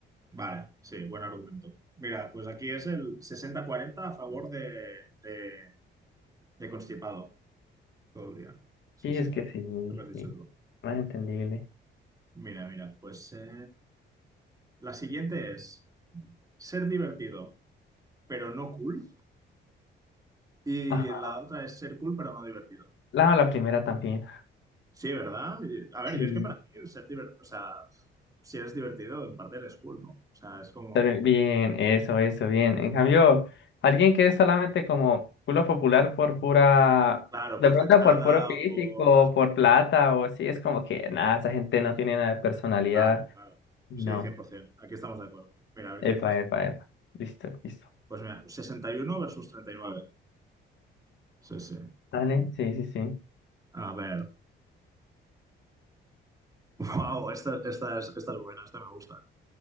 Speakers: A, on the right; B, on the left.
A: vale, sí, buen argumento. Mira, pues aquí es el sesenta cuarenta a favor de, de, de constipado todo el día. Sí,
B: Sí,
A: sí,
B: es que sí,
A: lo que has dicho
B: sí,
A: tú.
B: más entendible.
A: Mira, mira, pues eh, la siguiente es ser divertido, pero no cool, Y
B: Ajá,
A: la otra es ser cool pero no divertido.
B: la, la primera también.
A: Sí, ¿verdad? Y- A ver,
B: Sí,
A: yo es que para mí el ser divertido, o sea, si eres divertido, en parte eres cool, ¿no? O sea, es como,
B: pero bien, eso, eso, bien. En cambio, alguien que es solamente como culo popular por pura,
A: claro,
B: de
A: por
B: pronto
A: fachada
B: por puro físico,
A: o por...
B: por plata o así, es como que nada, esa gente no tiene nada de personalidad.
A: Claro, claro.
B: Y
A: Sí,
B: no,
A: 100%. Aquí estamos de acuerdo. Mira, a ver qué
B: epa,
A: dice la gente.
B: epa, epa. Listo, listo.
A: Pues mira, sesenta y uno versus treinta y nueve Sí, sí.
B: Dale, sí, sí, sí.
A: A ver. Wow, <laughs> esta, esta es, esta es buena, esta me gusta.